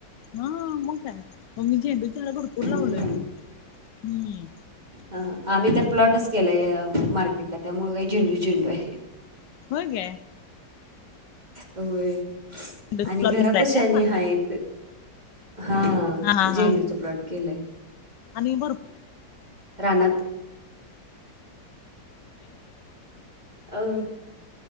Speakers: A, on the left; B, on the right.
A: हा मग काय मग मी झेंडू झाडं भरपूर
B: हं.
A: लावलोय मी हम्म.
B: ह आम्ही तर प्लॉटच केलाय मार्केटला त्यामुळं काय झेंडू झेंडूय.
A: व्हय काय?
B: व्हय
A: झेंडूलाय
B: आणि घरापाशी
A: काय
B: अणि
A: मार्केटला
B: हायत. हा
A: हा हा
B: झेंडूच
A: हा
B: प्लॉट केलंय.
A: आणि
B: रानात <unintelligible>